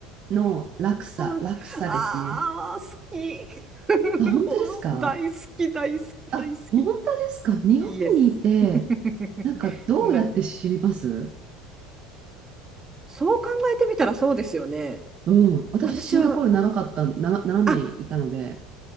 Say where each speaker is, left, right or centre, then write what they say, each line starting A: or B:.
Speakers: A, on the right; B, on the right.
A: のラクサ、
B: ー、
A: ラクサですね。
B: あー、好き。<laughs>
A: あ、本当ですか
B: 大好き、大好き、
A: あ、
B: 大好
A: 本当ですか日本にいて、
B: き。イエス。<laughs>
A: なんかどうやって知ります
B: なそう考えてみたらそうですよね。
A: うん。私、
B: 私は、
A: シンガポール長かった、なな、7年いたので、
B: あ、